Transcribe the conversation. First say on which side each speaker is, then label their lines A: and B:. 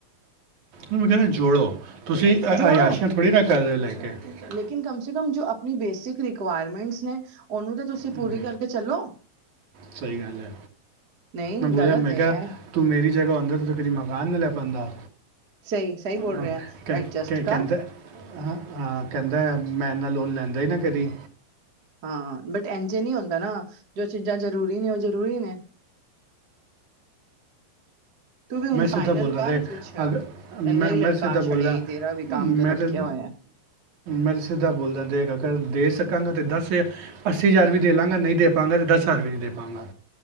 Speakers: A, on the right (about 60°); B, on the right (about 40°).
A: ਮੈਂ ਕੈਨਾ ਜੋੜੋ ਤੁਸੀਂ ਆਯਾਸ਼ੀਆਂ
B: ਜੋੜੋ
A: ਥੋੜ੍ਹੀ ਨਾ ਕਰ ਰੇ ਲੈ ਕੇ। ਚੱਲ
B: ਲੇਕਿਨ ਕਮ ਸੇ ਕਮ ਜੋ ਆਪਣੀ ਬੇਸਿਕ ਰਿਕੁਆਇਰਮੈਂਟਸ ਨੇ ਓਨੂੰ ਤੇ ਤੁਸੀਂ
A: ਹਮ,
B: ਪੂਰੀ ਕਰਕੇ ਚਲੋ।
A: ਸਹੀ ਗੱਲ ਹੈ
B: ਨਹੀਂ
A: ਮੈਂ ਬੋਲਿਆ
B: ਗਲਤ
A: ਮੈਂ
B: ਹੈ
A: ਕਿਆ
B: ਇਹ
A: ਤੂੰ ਮੇਰੀ ਜਗ੍ਹਾ ਹੁੰਦਾ ਤੂੰ ਕਦੀ ਮਕਾਨ ਨਾ ਲੈ ਪਾਂਦਾ।
B: ਸਹੀ ਸਹੀ ਬੋਲ
A: ਹਾਂ!
B: ਰਿਹਾ
A: ਕੈ
B: ਐਡਜਸਟ
A: ਕੈ
B: ਕਰ
A: ਕੈਂਦਾ। ਹਾਂ, ਹਾਂ, ਕੈਂਦਾ ਮੈਂ ਏਨਾ ਲੋਨ ਲੈਂਦਾ ਈ ਨਾ ਕਦੀ।
B: ਹਾਂ, ਬਟ ਇੰਝੇ ਨੀ ਹੁੰਦਾ ਨਾ ਜੋ ਚੀਜ਼ਾਂ ਜ਼ਰੂਰੀ ਨੇ ਓ ਚੀ ਜ਼ਰੂਰੀ ਨੇ। ਤੂੰ ਵੀ ਹੁਨ
A: ਮੈਂ ਸਿੱਧਾ
B: ਫਾਈਨਲ
A: ਬੋਲਦਾ
B: ਕਰ
A: ਦੇਖ
B: ਕੁਛ ਤੇ
A: ਅਗ ਮੈਂ
B: ਏਨਾ ਨੇ
A: ਮੈਂ
B: ਲਟਕਾ
A: ਸਿੱਧਾ ਬੋਲਦਾ
B: ਛੜਿਆ ਈ ਤੇਰਾ ਵੀ ਕਮ
A: ਮੈਂ
B: ਤੇ ਲਟਕਿਆ
A: ਤਾਂ
B: ਹੋਇਆ।
A: ਮੈਂ ਸਿੱਦਾ ਬੋਲਦਾ ਦੇ ਸਕਾਂਗਾ ਤੇ ਦੱਸ ਹਜਾਰ। ਅੱਸੀ ਹਜ਼ਾਰ ਵੀ ਦੇ ਲਾਂਗਾ ਨਈ ਦੇ ਪਾਂਗਾ ਤੇ ਦਸ ਹਜ਼ਾਰ ਵੀ ਨਈ ਦੇ ਪਾਂਗਾ।